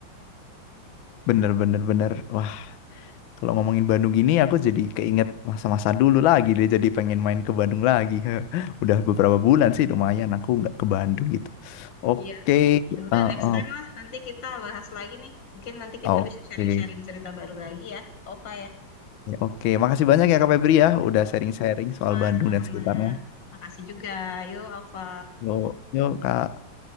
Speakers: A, on the left; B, on the left.
A: bener-bener bener. bener, bener. Wah, kalau ngomongin Bandung gini aku jadi keinget masa-masa dulu lagi deh. Jadi pengen main ke Bandung lagi. <laughs> Udah beberapa bulan sih lumayan aku nggak ke Bandung gitu. Oke,
B: iya ya udah
A: uh,
B: next
A: uh,
B: time lah nanti kita bahas lagi nih mungkin nanti kita
A: oke.
B: bisa sharing-sharing cerita baru lagi ya Ova ya
A: Oke, oke. Makasih banyak ya Kak Febri ya
B: Yuk.
A: udah sharing-sharing
B: sama-sama
A: soal Bandung dan sekitarnya.
B: makasih juga yuk Ova
A: Yuk, yuk Kak.